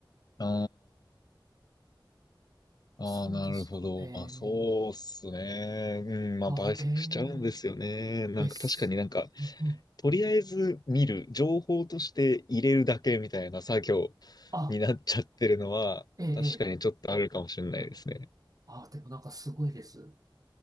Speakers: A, on the left; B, on the right.
A: ああ、
B: そうですか。
A: ああ、なるほど。
B: ええ
A: まあそうっすね。うん、まあ倍速しちゃうんですよね。
B: あ、え
A: なんか確かになんか、
B: ええ、す、うんうん、
A: とりあえず見る、情報として入れるだけみたいな作業
B: あ、
A: になっちゃってるのは、
B: ええええ
A: 確かにちょっとあるかもしれないですね。
B: あ、でもなんかすごいです。